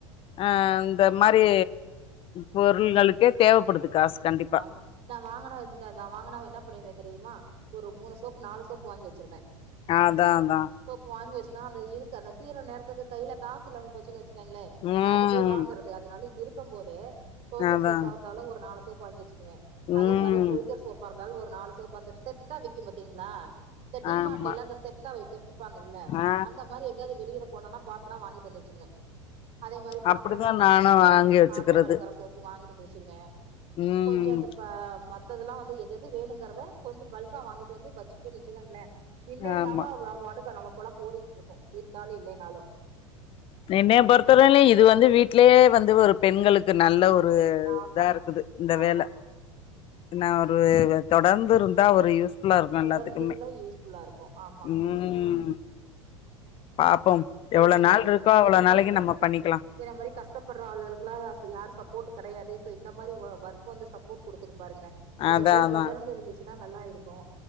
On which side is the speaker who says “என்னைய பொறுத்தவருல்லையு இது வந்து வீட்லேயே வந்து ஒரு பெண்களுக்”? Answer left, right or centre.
Left